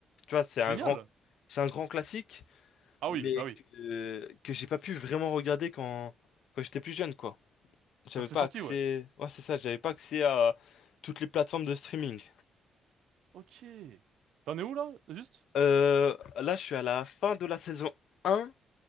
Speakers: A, on the left; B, on the right.
A: Tu vois, c'est
B: Génial!
A: un grand, c'est un grand classique.
B: Ah
A: mais
B: oui, bah oui.
A: que, que j'ai pas pu vraiment regarder quand, quand j'étais plus jeune, quoi. J'avais
B: Quand c'est
A: pas
B: sorti,
A: accès...
B: ouais.
A: Ouais, c'est ça, j'avais pas accès à toutes les plateformes de streaming.
B: Ok. T'en es où, là, juste?
A: Euh, là, je suis à la fin de la saison 1.